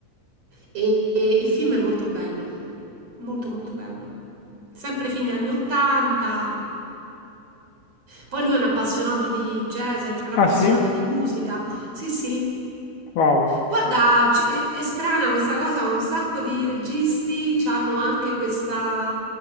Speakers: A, on the right (about 35°); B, on the left (about 60°).
A: E, e il film è molto bello, molto molto bello. Sempre fine anni 80. Poi lui è un appassionato di jazz, è un appassionato
B: Ah sì?
A: di musica. Sì, sì,
B: Wow.
A: Guarda, c- è, è strana questa cosa, ma un sacco di registi hanno anche questa,